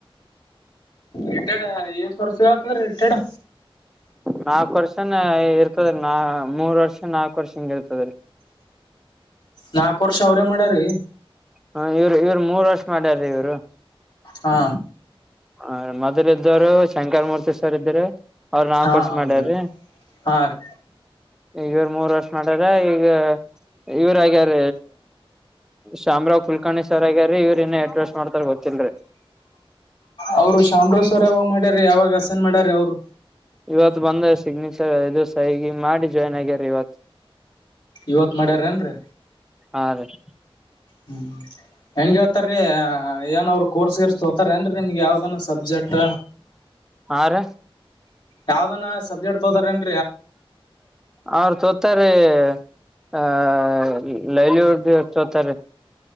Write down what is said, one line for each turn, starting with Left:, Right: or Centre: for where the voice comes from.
Left: ರಿಟೆಡ್ ಎಏಷ್ಟ ವರ್ಷ ಆತದ್ರ ರಿಟೆಡ್
Centre: ನಾಲ್ಕು ವರ್ಷನ ಇರ್ತದ ನಾ ಮೂರ್ ವರ್ಷ ನಾಕು ರ್ಷ ಹಿಂ ಇರ್ತದೆ್ರ
Left: ನಾಕ್ ವರ್ಷ ಅವ್ರೇ ಮಾಡ್ಯಾರಿ
Centre: ಹ ಇವರು ಇವರು ಮೂರ್ ವರ್ಷ ಮಾಡ್ಯಾರೀ ಇವ್ರು
Left: ಹಾ
Centre: ಹ ಮೊದಲು ಇದ್ದರು ಶಂಕರ ಮೂರ್ತಿ ಸರ್ ಇದ್ರು ಅವ್ರ ನಾಕು
Left: ಹಾ
Centre: ವರ್ಷ
Left: ಹೌದು
Centre: ಮಾಡ್ಯ್ರೀ
Left: ಹಾ ರೀ
Centre: ಇವ್ರ ಮೂರ್ ವರ್ಷ ಮಾಡ್ಯಾರ ಈಗ ಇವ್ರಗ್ಯಾರ ಶ್ಯಾಮರಾವ್ ಕುಲ್ಕರ್ಣಿ ಸರ್ ಆಗ್ಯಾರೀ ಇವ್ರ ಏನ ವರ್ಷ ಮಾಡ್ತಾರ ಗೊತ್ತಿಲ್ರರಿ
Left: ಅವ್ರು ಚಂಬ್ರೇಶ್ವರ್ ಯಾವಾಗ ಮಾಡ್ಯಾರ ಯಾವಾಗ ಹಸನ್ ಮಾಡ್ಯಾರ ಅವ್ರು
Centre: ಇವತ್ತು ಬಂದ ಸಿಗ್ನೇಚರ್ ಇದು ಸೈನ್ ಮಾಡಿ ಜಾಯ್ನ್ ಆಗ್ಯಾರ ಇವತ್
Left: ಇವತ್ ಮಾಡ್ಯಾರ ನ್ರಿೀ
Centre: ಹಾ ರೀ
Left: ಹೂ ಹೆಂಗೆ ಹೇಳ್ತೀರಿ ಏನ ಅವ್ರು ಕೋರ್ಸ್ ಗೀರ್ಸ್ ತೋಗೋತರೇನ್ರಿ ನಿಮಗೆ ಯಾವ್ದ ಸಬ್ಜೆಕ್ಟ್
Centre: ಹಾ ರೀ
Left: ಯಾವ್ದಾನ ಸಬ್ಜೆಕ್ಟ್ ತೋಗೊತ್ತಾರೆ ಅ
Centre: ಅವ್ರ ತೊತರಿ ಆಹ ಲೈಲಿವುಡ್ ಚೋತಾರೆ